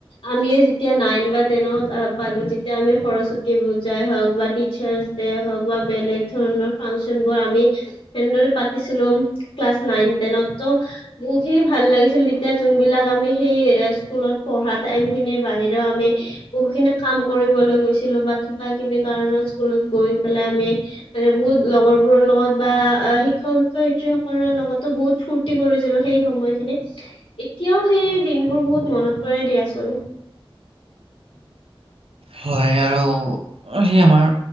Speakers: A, on the left; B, on the right.
A: আমিয়ে যেতিয়া নাইন বা টেনত আ পালো তেতিয়া আমি সৰস্বতী পূজাই হওক বা টি চাৰ্ছ ডে'ই হওক বা বেলেগ ধৰণৰ ফাংচন বোৰ আমি তেনেদৰে পাতিছিলো। ক্লাছ নাইন-টেনততো উ তেই ভাল লাগিছিল তেতিয়া যোনবিলাক আমি সেই এ স্কুলত পঢ়া টাইমখিনিৰ বাহিৰেও আমি বহুখিনি কাম কৰিবলৈ গৈছিলো বাত কিবা কিবি কাৰণত স্কুলত গৈ পেলাই আমি মানে বহুত লগৰ বোৰৰ লগত বা আ শিক্ষক-শিক্ষয়িত্ৰী স কলৰ লগতো বহুত ফূৰ্তি কৰিছিলো সেই সময়খিনিত। এতিয়াও সেই দিনবোৰ বহুত মনত পৰে দিয়াচোন। <unintelligible>
B: হয় আৰু অ' সেই আমাৰ